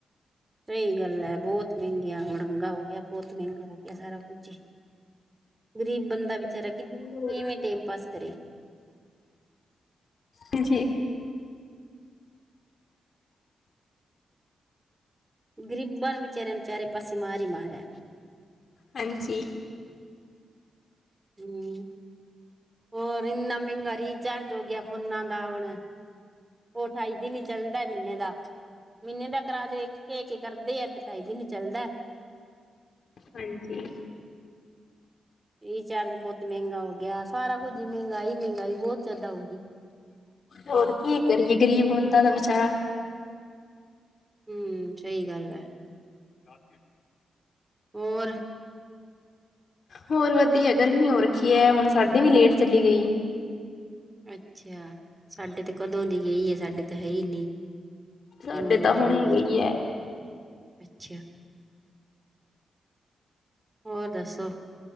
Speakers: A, on the right (about 20°); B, on the left (about 60°).
A: ਸਹੀ ਗੱਲ ਐ। ਬਹੁਤ ਮਹਿੰਗੀਆਂ ਮੜੰਗਾ ਹੋ ਗਿਆ। ਬਹੁਤ ਮਹਿੰਗਾ ਹੋ ਗਿਆ ਸਾਰਾ ਕੁੱਝ ਹੀ। ਗ਼ਰੀਬ ਬੰਦਾ ਵਿਚਾਰਾ
B: ਹੈ
A: ਕਿ ਕਿਵੇਂ ਟਾਈਮ ਪਾਸ ਕਰੇ।
B: ਹਾਂਜੀ।
A: ਗ਼ਰੀਬਾਂ ਨੂੰ ਵਿਚਾਰਿਆਂ ਨੂੰ ਚਾਰੇ ਪਾਸੇ ਮਾਰ ਹੀ ਮਾਰ ਐ।
B: ਹਾਂਜੀ।
A: ਹੂ। ਹੋਰ ਇੰਨਾ ਮਹਿੰਗਾ ਰੀਚਾਰਜ ਹੋ ਗਿਆ ਫੋਨਾਂ ਦਾ ਹੁਣ। ਉਹ ਅਠਾਈ ਦਿਨ ਹੀ ਚੱਲਦਾ ਮਹੀਨੇ ਦਾ। ਮਹੀਨੇ ਦਾ ਕਰਾ ਦੇਖ ਕੇ। ਇਹ ਕੀ ਕਰਦੇ ਐ ਤੇ ਅਢਾਈ ਦਿਨ ਹੀ ਚੱਲਦਾ।
B: ਹਾਂਜੀ।
A: ਰੀਚਾਰਜ ਬਹੁਤ ਮਹਿੰਗਾ ਹੋ ਗਿਆ ਸਾਰਾ ਕੁੱਝ ਮਹਿੰਗਾਈ- ਮਹਿੰਗਾਈ ਬਹੁਤ ਜ਼ਿਆਦਾ ਹੋਗੀ।
B: ਹੋਰ ਕੀ ਕਰੀਏ ਗਰੀਬ ਬੰਦਾ ਤਾ ਵਿਚਾਰਾ।
A: ਹੂ। ਸਹੀ ਗੱਲ ਐ।
B: ਰਾਤੀ।
A: ਹੋਰ।
B: ਹੋਰ ਵਧੀਆ। ਗਰਮੀ ਹੋ ਰੱਖੀ ਹੈ। ਹੁਣ ਸਾਡੀ ਵੀ ਲੇਟ ਚਲੀ ਗਈ।
A: ਅੱਛਾ। ਸਾਡੇ ਤੇ ਕਦੋਂ ਦੀ ਗਈ ਏ। ਸਾਡੇ ਤੇ ਹੈ ਹੀ ਨੀ।
B: ਸਾਡੇ
A: ਇੰਨੀ
B: ਤਾਂ
A: ਗਰਮੀ
B: ਹੁਣੇ
A: ਹੋ
B: ਗਈ
A: ਰਹੀ।
B: ਐ,
A: ਅੱਛਾ। ਹੋਰ ਦੱਸੋ।